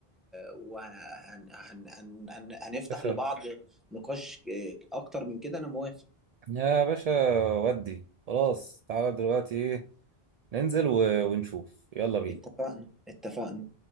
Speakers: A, in the centre; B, on the right (about 55°).
A: وهنفتح
B: يا باشا
A: لبعض نقاش آه، اكتر من كده انا موافق
B: يا باشا ودي خلاص تعالى دلوقتي ايه ننزل و... ونشوف يلا بينا
A: اتفقنا اتفقنا